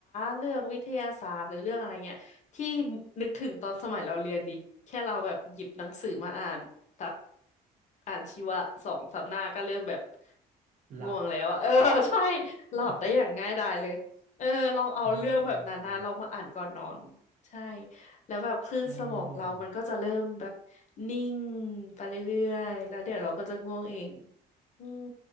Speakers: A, on the left; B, on the right.
A: เรื่องวิทยาศาสตร์หรือเรื่องอะไรเงี้ย ที่นึกถึงตอนสมัยเราเรียนดิแค่เราแบบหยิบหนังสือมาอ่านสักอ่านชีวะสองสามหน้าก็เริ่มแบบ
B: หลับ
A: ง่วงแล้วอะเออ <laughs> ใช่หลับได้อย่างง่ายดายเลยเออลองเอาเรื่องแบบนั้นนะลองมาอ่านก่อนนอนใช่
B: <laughs> เออ
A: แล้วแบบคลื่นสมองเรามันก็จะเริ่มแบบ
B: เออ
A: นิ่งไปเรื่อยๆแล้วเดี๋ยวเราก็จะง่วงเองอืม